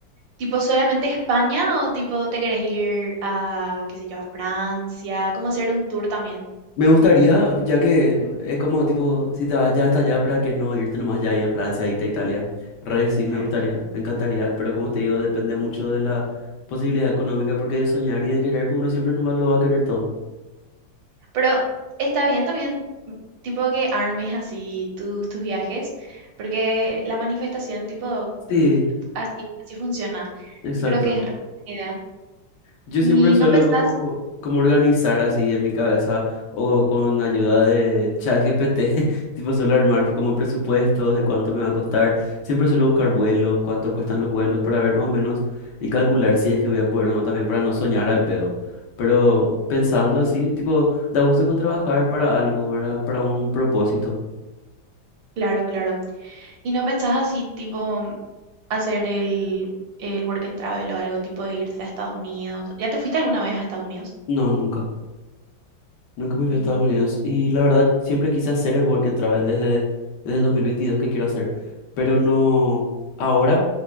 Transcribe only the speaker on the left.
Me gustaría, ya que uh, es como tipo, si te vas ya hasta allá, ¿para que no irte nomás ya ahí a Francia, irte a Italia? Re, sí, me
gustaría, me encantaría, pero como te digo, depende mucho de la posibilidad económica, porque de soñar y de querer que uno siempre nomás lo va a querer todo.
Sí,
exacto.
Yo
siempre suelo
como, como organizar
así en mi cabeza o con ayuda de ChatGPT, <laughs> tipo suelo armar como presupuestos de cuánto me va a costar. Siempre suelo buscar vuelos, cuánto cuestan los vuelos para ver más o menos y calcular si es que voy a poder o no también para no soñar al pedo. Pero pensando así, tipo, da gusto co- trabajar para algo, ¿verdad? Para un propósito.
No, nunca. Nunca me fui
a Estados Unidos y la verdad siempre quise hacer el Work and Travel desde, desde el 2022 que quiero hacer, pero no ahora,